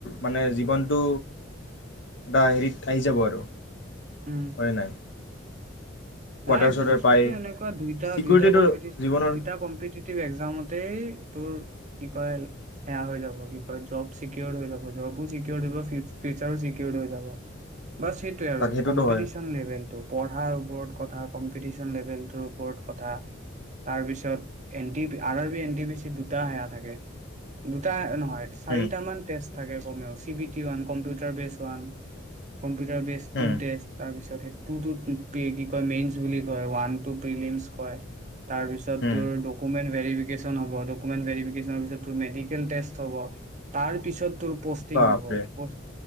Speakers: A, on the left; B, on the right.
A: মানে জীৱনটো এটা হেৰিত আহি যাব আৰু
B: উম
A: হয় নে নাই কোৱাৰ্টাৰ
B: নাই
A: চোৱাৰ্টাৰ
B: বস্তুতটো
A: পাই
B: এনেকুৱা দুইটা
A: চিকিউৰিটিটো
B: দুইটা কম্পিটিটিভ
A: জীৱনৰ
B: দুইটা কম্পিটিটিভ এক্জামতেই তোৰ কি কয় সেয়া হৈ যাব কি কয় জব চিকিৰ হৈ যাব জবো চিকিৰ হৈ ফিউচাৰো চিকিৰ হৈ যাব বাছ সেইটোয়ে আৰু
A: তাক সেইটোতো
B: কম্পিটিচন
A: হয়
B: লেভেলতটো পঢ়াৰ ওপৰত কথা, কম্পিটিচন লেভেলটোৰ ওপৰত কথা, তাৰ পিছত N T R R B N T P C দুটা সেয়া থাকে। দুটা ন পাৰে চাৰিটা
A: উম
B: মান টেস্ট থাকে C BT computer base one computer বেছ তো
A: উম
B: তাৰ পিছত সেইটোোেগ মেইনচ বুলি কয় ওৱান টু প্ৰিলিমছ কয় তাৰ পিছত
A: উম
B: তোৰ ডকুমেন্ট ভেৰিফিকেচন হব, ডকুমেণ্ট ভেৰিফিকেচন অফিচত তোৰ মেডিকেল টেষ্ট হ'ব, তাৰ পিছত তোৰ পোষ্টিং
A: বাপৰে
B: হ'ব পোষ্ট